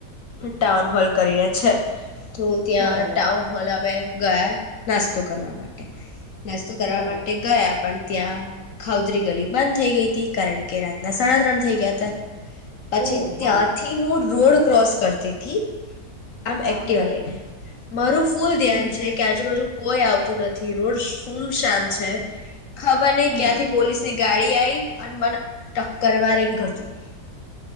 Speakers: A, on the left; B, on the right.
A: ટાઉન હોલ કરીને છે. તો ત્યાં
B: બરાબર
A: ટાઉન હોલે અમે ગયા નાસ્તો કરવા માટે. નાસ્તો કરવા
B: બરાબર
A: માટે ગયા પણ ત્યાં ખાઉધરી ગલી બંધ થઈ ગઈ હતી. કારણ કે રાતના સાડા ત્રણ થઈ ગયા હતા. પછી
B: ઓ
A: ત્યાંથી
B: હા
A: હું રોડ ક્રોસ કરતી થી. આમ
B: હા
A: એક્ટિવા લઈ ને. મારું ફૂલ ધ્યાન
B: હમ
A: છે કે આજુબાજુ કોઈ આવતું નથી રોડ સુમ શામ છે. ખબર ની
B: હમ
A: ક્યાંથી પોલીસસે ગાડી આયી અને મને ટક્કર મારી ને જતી રહી.